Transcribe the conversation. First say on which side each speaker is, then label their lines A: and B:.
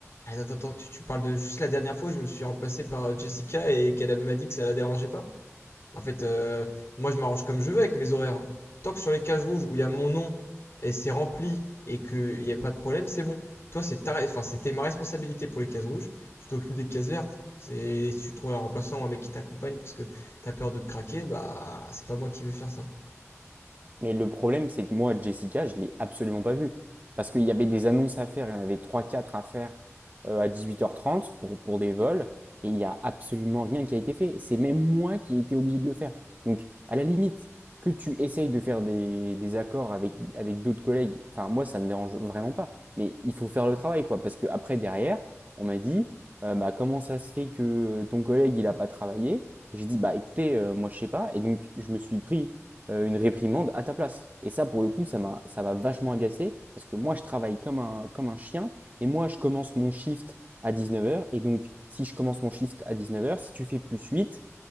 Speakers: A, on the left (about 55°); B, on the right (about 35°).
A: Attends, attends, attends, tu, tu parles de juste la dernière fois, où je me suis remplacé par euh, Jessica et qu'elle m'a dit que ça la dérangeait pas? En fait, euh, moi, je m'arrange comme je veux avec mes horaires. hein. Tant que sur les cases rouges où il y a mon nom et c'est rempli et qu'il n'y a pas de problème, c'est bon. Toi, c'est ta... enfin, c'était ma responsabilité pour les cases rouges. Je t'occupe des cases vertes. C'est si tu trouves un remplaçant ou un mec qui t'accompagne parce que t'as peur de te craquer, bah c'est pas moi qui vais faire ça.
B: Mais le problème, c'est que moi, Jessica, je ne l'ai absolument pas vue. Parce qu'il y avait des annonces à faire, il y en avait trois, quatre à faire euh, à 18h30 pour, pour des vols, et il n'y a absolument rien qui a été fait. C'est même moi qui ai été obligé de le faire. Donc, à la limite, que tu essayes de faire des, des accords avec, avec d'autres collègues, enfin, moi, ça ne me dérange vraiment pas. Mais il faut faire le travail, quoi. Parce que après derrière, on m'a dit, euh, bah, comment ça se fait que ton collègue, il n'a pas travaillé J'ai dit, bah, écoutez, euh, moi, je ne sais pas. Et donc, je me suis pris euh, une réprimande à ta place. Et ça, pour le coup, ça m'a, ça m'a vachement agacé parce que moi, je travaille comme un, comme un chien et moi, je commence mon shift à dix neuf heures Et donc, si je commence mon shift à dix neuf heures si tu fais plus huit